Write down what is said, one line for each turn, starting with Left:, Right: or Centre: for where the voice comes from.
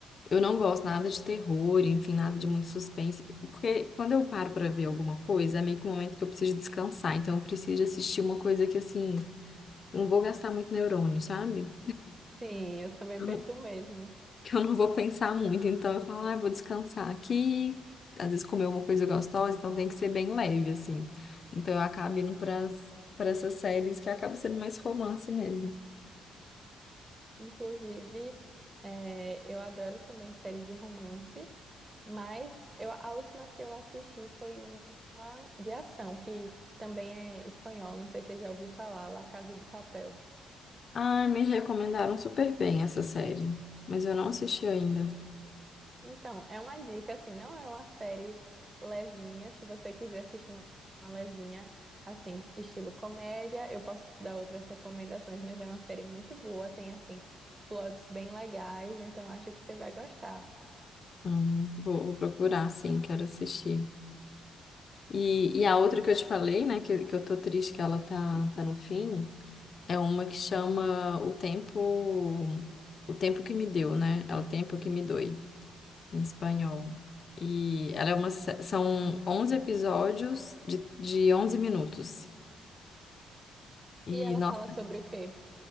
Left: Eu não gosto nada de terror, enfim, nada de muito suspense. Porque quando eu paro pra ver alguma coisa, é meio que um momento que eu preciso descansar. Então eu preciso assistir uma coisa que, assim, eu não vou gastar muito neurônio, sabe?
Right: Sim, eu também
Left: Eu
Right: penso
Left: não-
Right: o mesmo.
Left: Que eu não vou pensar muito. Então eu falo, ah, eu vou descansar aqui. Às vezes comer uma coisa gostosa, então tem que ser bem leve, assim. Então eu acabo indo para essas séries que acabam sendo mais romance mesmo.
Right: Inclusive, eh, eu adoro também série de romance. Mas eu, a última que eu assisti foi um- uma de ação, que também é espanhol, não sei se você já ouviu falar, La Casa de Papel.
Left: Ai, me recomendaram super bem essa série, mas eu não assisti ainda.
Right: Então, é uma dica, assim, não é uma série levinha, se você quiser assistir uma levinha, assim, estilo comédia, eu posso dar outras recomendações, mas é uma série muito boa, tem, assim, plots bem legais, então acho que você vai gostar.
Left: Hum, vou, vou procurar, sim, quero assistir. E, e a outra que eu te falei, né, que, que eu tô triste que ela tá, tá no fim, é uma que chama O Tempo, O Tempo que Me Deu, né? É o Tempo que Me Doi, em espanhol. E ela é uma, sé- são 11 episódios de, de 11 minutos. E,
Right: E ela
Left: nossa,
Right: fala sobre o quê?